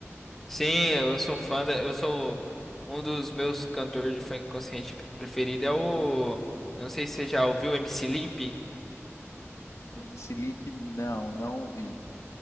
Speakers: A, in the centre; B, on the left.
A: Sim, eu sou fã da, eu sou um dos meus cantores de funk consciente preferido é o, eu não sei se você já ouviu, MC Lipe.
B: MC Lipe, não, não ouvi.